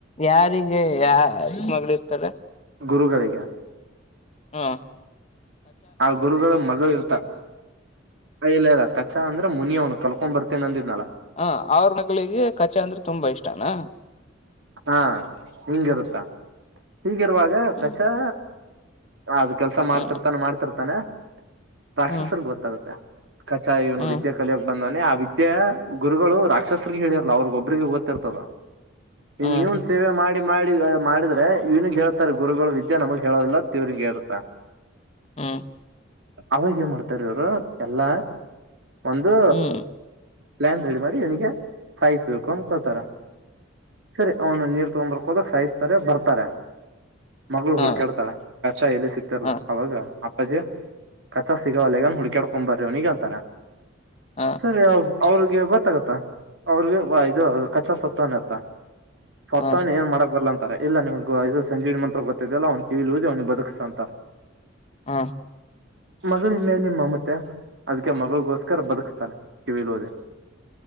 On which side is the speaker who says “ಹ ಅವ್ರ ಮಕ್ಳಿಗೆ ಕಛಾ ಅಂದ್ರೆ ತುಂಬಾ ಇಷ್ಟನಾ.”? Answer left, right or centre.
Left